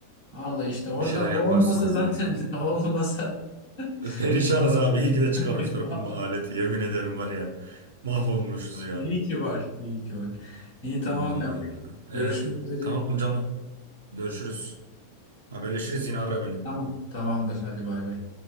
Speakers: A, on the left; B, on the right.
A: Vallahi işte orada
B: bir şeyler
A: o
B: yaparsın
A: olmasa
B: ya.
A: zaten <laughs> o olmasa <laughs>
B: Perişanız abi. İyi ki de çıkarmışlar
A: Ay, vallahi.
B: bu aleti. Yemin ederim var ya. Mahvolmuşuz ya.
A: İyi ki var. İyi ki var. İyi
B: Vallahi
A: tamam kanka.
B: billahi.
A: Görüşmek
B: Ee,
A: üzere.
B: tamam Canu. Görüşürüz. Haberleşiriz yine ara beni.
A: Tamam. Tamamdır. Hadi bay bay.